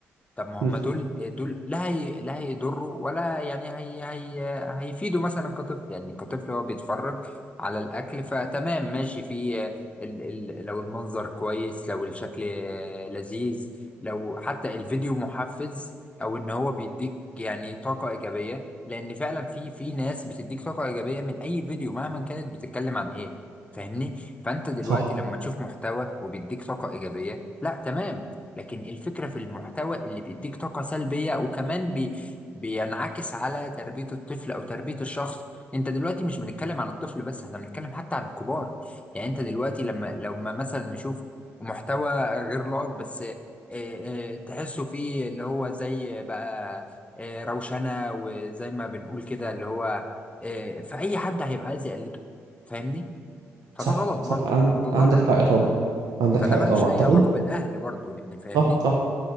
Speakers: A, on the left; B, on the right.
A: طب ما
B: مم.
A: هم دول دول لا هي لا هيضروا ولا يعني هي هي هيفيدوا مثلا كطفل يعني كطفل هو بيتفرج على الاكل فتمام ماشي في ال ال لو المنظر كويس لو الشكل لذيذ لو حتى الفيديو محفز او ان هو بيديك يعني طاقة ايجابية لان فعلا في في ناس بتديك طاقة ايجابية من اي فيديو مهما كانت بتتكلم عن ايه فاهمني فانت دلوقتي
B: صح
A: لما تشوف محتوى وبيديك طاقة ايجابية لا تمام لكن الفكرة في المحتوى اللي بيديك طاقة سلبية وكمان بي بينعكس على تربية الطفل أو تربية الشخص أنت دلوقتي مش بنتكلم عن الطفل بس احنا بنتكلم حتى عن الكبار يعني أنت دلوقتي لما لما مثلا نشوف محتوى غير لائق بس آه، آه، تحسه فيه اللي هو زي بقى آه، روشنة وزي ما بنقول كده اللي هو آه، فأي حد هيبقى عايز يقلده فاهمني فده
B: صح
A: غلط
B: صح
A: برضه
B: عند...
A: ما هو ده ضرر
B: عندك حق طبعا عندك
A: فده
B: حق
A: ملوش
B: طبعا
A: أي
B: طب
A: علاقة
B: انت
A: بالأهل برضه يعني فاهمني
B: صح صح